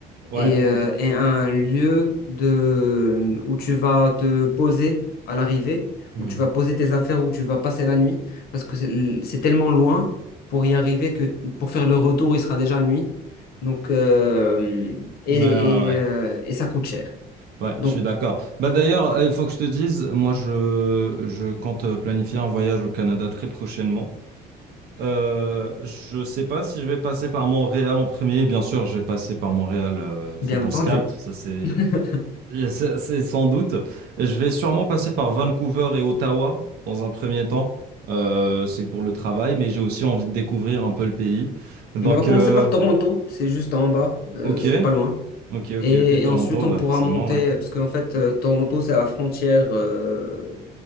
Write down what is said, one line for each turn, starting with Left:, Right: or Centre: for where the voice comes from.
Right: Ouais.
Left: et, euh, et un lieu de, où tu vas te poser à l'arrivée,
Right: Hmm.
Left: où tu vas poser tes affaires, où tu vas passer la nuit, parce que c'est c'est tellement loin pour y arriver que pour faire le retour, il sera déjà nuit. Donc, euh, et,
Right: Ouais, ouais, ouais.
Left: et, euh, et ça coûte cher.
Right: Ouais,
Left: Donc,
Right: je suis d'accord. Bah d'ailleurs, euh, il faut que je te dise, moi, je, je compte euh, planifier un voyage au Canada très prochainement. Euh, je sais pas si je vais passer par Montréal en premier. Bien sûr, je vais passer par Montréal. euh,
Left: bien
Right: faut qu'on
Left: entendu.
Right: se capte. Ça, c'est
Left: <laughs>
Right: Et C'est c'est sans doute. Je vais sûrement passer par Vancouver et Ottawa dans un premier temps. Euh, c'est pour le travail, mais j'ai aussi envie de découvrir un peu le pays. Donc,
Left: On va commencer
Right: euh,
Left: par Toronto, c'est juste en bas, euh,
Right: ok,
Left: c'est pas loin.
Right: ok,
Left: Et,
Right: ok, ok, Toronto,
Left: et ensuite,
Right: bah
Left: on pourra
Right: forcément,
Left: monter,
Right: ouais.
Left: parce qu'en fait, euh, Toronto, c'est à la frontière euh,